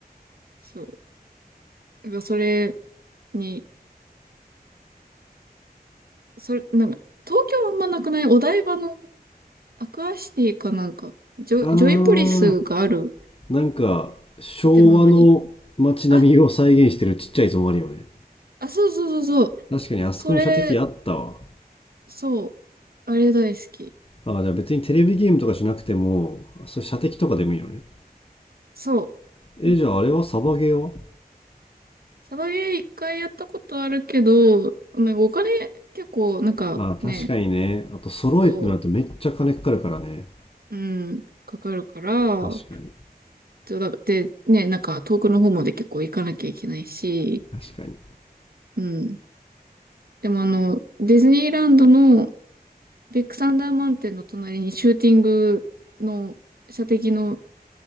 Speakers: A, on the right; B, on the left.
A: そう、やっぱそれに、それ、なんか、東京はあんまなくないお台場のアクアシティかなんか、ジョ、
B: あー。
A: ジョイポリスがある
B: なんか昭和の街並みを再現してるちっちゃいゾーンあるよね。
A: 建物に、あ、あ、そうそうそうそう、
B: 確かにあそこに射的あったわ。
A: それ、そう、あれ大好き。
B: あ、じゃあ別にテレビゲームとかじゃなくても、それ射的とかでもいいよね。
A: そ
B: え、
A: う。うん
B: じゃああれはサバゲーは
A: サバゲー一回やったことあるけど、ね、お金結構なんかね、
B: まあ確かにね。あと揃えてなるとめっちゃ金かかるからね。
A: そう、うん、かかるから、
B: 確かに。
A: ちょだってね、なんか遠くの方まで結構行かなきゃいけないし、
B: 確かに。
A: うん。でもあの、ディズニーランドのビッグサンダーマウンテンの隣にシューティングの射的の